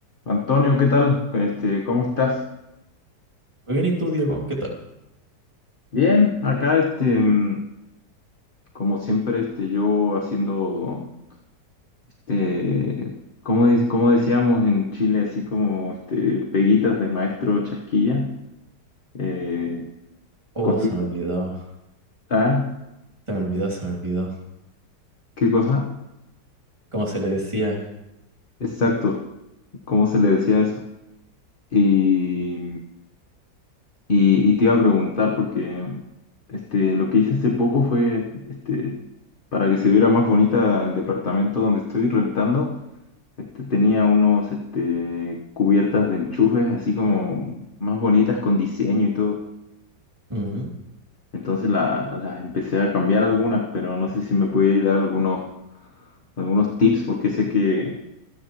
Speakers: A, on the left; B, on the right.
A: Antonio, ¿qué tal? Este, ¿cómo estás?
B: Muy bien, ¿y tú, Diego? ¿Qué tal?
A: Bien, acá este, mm, como siempre, este, yo haciendo, este, como, dice- como decíamos en Chile, así como este, peguitas de maestro chasquilla, eh,
B: Oh,
A: cositas.
B: se me olvidó,
A: Ah,
B: se me olvidó, se me olvidó.
A: ¿qué cosa?
B: Como se le decía,
A: Exacto, ¿cómo se le decía eso? Y, y, y te iba a preguntar porque este, lo que hice hace poco fue, este, para que se viera más bonita el departamento donde estoy rentando. Este, tenía unos este, cubiertas de enchufes así como más bonitas con diseño y todo.
B: mm,
A: Entonces la- las empecé a cambiar algunas, pero no sé si me podías dar algunos, algunos tips porque sé que